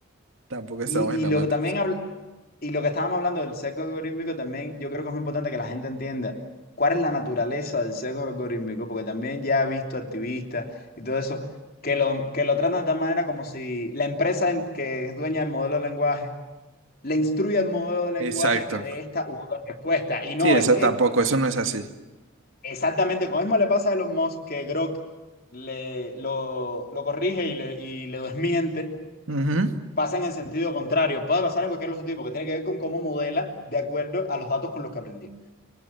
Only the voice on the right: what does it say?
Tampoco estamos
en la
matriz.
Exacto.
Sí, eso
tampoco, eso no es así.
Ujú.